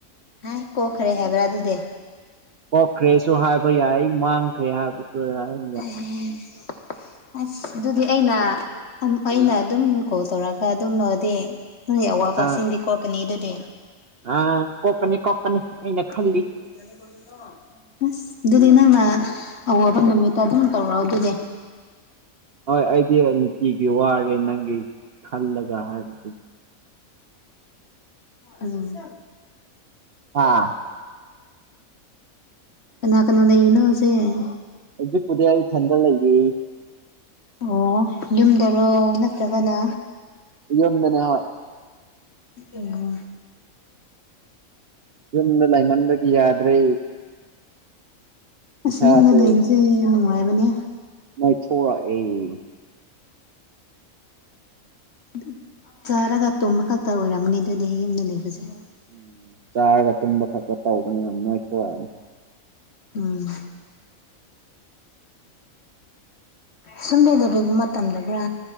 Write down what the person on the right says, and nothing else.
ꯀꯣꯛꯈ꯭ꯔꯦꯁꯨ ꯍꯥꯏꯕ ꯌꯥꯏ ꯃꯥꯡꯈ꯭ꯔꯦ ꯍꯥꯏꯕꯁꯨ ꯌꯥꯏ
ꯑꯥ
ꯑꯥ ꯀꯣꯛꯀꯅꯤ ꯀꯣꯛꯀꯅꯤ ꯑꯩꯅ
ꯈꯜꯂꯤ
ꯍꯣꯏ ꯑꯩꯗꯤ ꯅꯨꯡꯇꯤꯒꯤ ꯋꯥꯔꯦ ꯅꯪꯒꯤ ꯈꯜꯂꯒ ꯍꯥꯏꯗꯨꯗꯤ
ꯑꯥ
ꯍꯧꯖꯤꯛꯄꯨꯗꯤ ꯑꯩ ꯏꯊꯟꯗ ꯂꯩꯌꯦ
ꯌꯨꯝꯗꯅꯦ ꯍꯣꯏ
ꯌꯨꯝꯗ ꯂꯩꯃꯟꯕꯒꯤ ꯌꯥꯗ꯭ꯔꯦ
ꯏꯁꯥꯁꯦ
ꯅꯣꯏꯊꯣꯔꯛꯑꯦ
ꯎꯝ ꯆꯥꯔꯒ ꯇꯨꯝꯕ ꯈꯛꯄ ꯇꯧꯕꯅꯤꯅ ꯅꯣꯏꯊꯣꯑꯛꯑꯅꯤ